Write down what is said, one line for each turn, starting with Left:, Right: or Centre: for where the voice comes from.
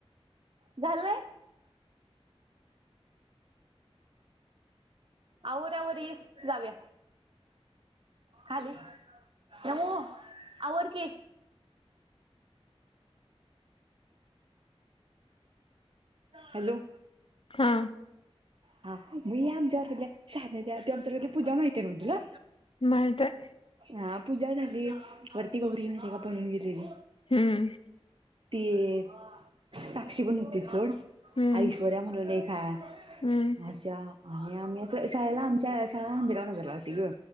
Right: झालंय आवर आवर ये जाऊया. खाली नमु आवर कि. हॅलो!
Left: हा!
Right: हा मी आमच्यावर्गातल्या शहाद्या च्या त्या आमच्या वर्गातली पूजा माहिती न तुला
Left: माहित आहे.
Right: हा पूजा झाली वरती गौरी माहित आहे काय पळून गेलेली
Left: हूं!
Right: ती साक्षी पण होती चड
Left: हम्म
Right: आश्ववर्या म्हणून एक हाय
Left: हम्म
Right: अशा आणि आम्ही असं शाळेला आमच्या शाळा हंबिराव नगर होती ग